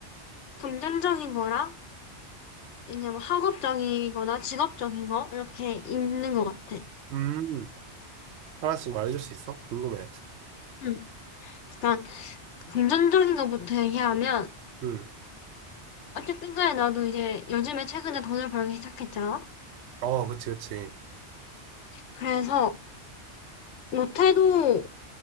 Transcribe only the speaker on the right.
음, 하나씩 말해줄 수 있어? 궁금해.
음,
어, 그치, 그치.